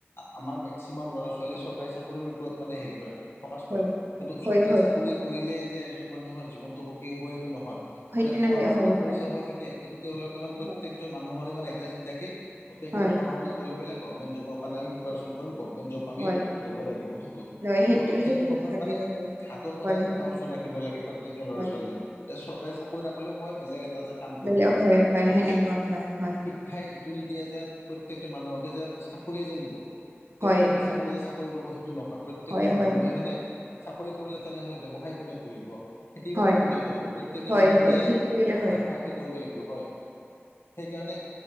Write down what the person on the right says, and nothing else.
হয়
হয়
হয়
সেইটো
নহয়
হয়
হয়
হয়
হয়
লয়
ভাবে
হয়
হয়
হয়
হয়
বলে,
হয়, হয়,
সেনেকুৱা হয়, হয়।
হয়
হয়
হয় হয়
হয়
হয়
হয় সেইটোৱে হয়